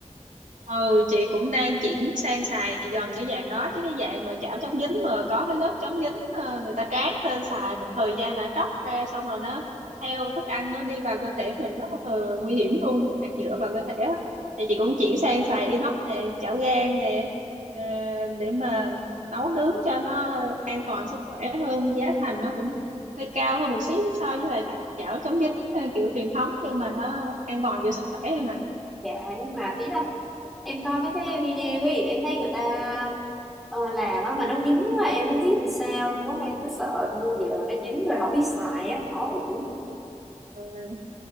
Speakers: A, on the right; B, in the centre.
A: ừ chị cũng đang chuyển sang xài dần cái dạng đó chứ cái dạng mà chảo chống dính mà có cái lớp chống dính ờ, người ta tráng lên xài một thời gian là tróc ra xong rồi nó theo thức ăn nó đi vào cơ thể mình rất là nguy hiểm luôn hạt nhựa vào cơ thể á. thì chị cũng chuyển sang xài inox nè chảo gang nè ờ, để mà nấu nướng cho nó an toàn sức khỏe hơn giá thành nó cũng hơi cao hơn một xí so với lại tạo chảo chống dính ờ, kiểu truyền thống nhưng mà nó an toàn cho sức khỏe mà
B: Dạ nhưng mà ý là em coi mấy cái video ấy em thấy người ta ờ, làm á mà nó dính quá em không biết làm sao luôn á em cứ sợ mua về mà nó dính rồi không biết xài á khó uổng.
A: Ừ.